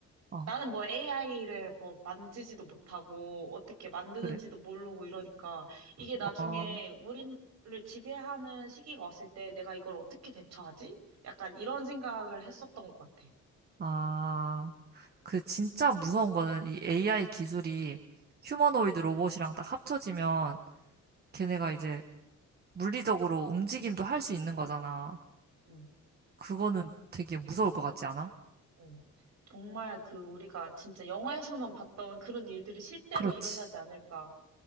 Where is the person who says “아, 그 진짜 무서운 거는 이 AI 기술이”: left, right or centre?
Right